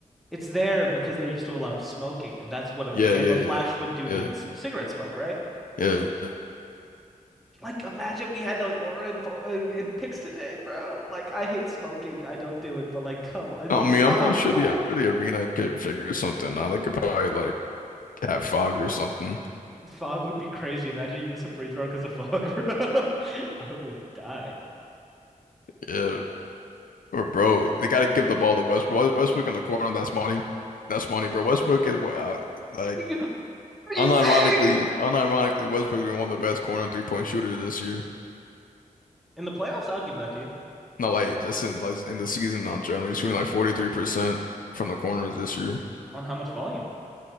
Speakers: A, in the centre; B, on the left (about 75°).
A: it's there because they used to allow smoking and that's what a
B: Yeah,
A: camera
B: yeah,
A: flash would do
B: yeah,
A: to c- cigarette smoke, right?
B: yeah, yeah.
A: Like imagine we had those aura in, pho- in, in pics today, bro. Like I hate smoking. I don't do it, but like come on.
B: I
A: You
B: mean,
A: saw
B: I'm, I'm
A: how cold
B: sure the the arena could figure something out. They could probably like have fog or something.
A: Fog would be crazy. Imagine you miss a free throw because of fog, bro. <laughs> I would die.
B: Yeah. Or bro, they got to give the ball to Westbrook. Westbrook in the corner, that's money. That's money, bro. Westbrook is uh, like
A: What are you
B: unironically,
A: saying?
B: unironically, Westbrook is one of the best corner and three-point shooters this year.
A: In the playoffs, I'd give that to you
B: Not like just in like in the season on general. He's shooting like 43% from the corners this year.
A: on how much volume.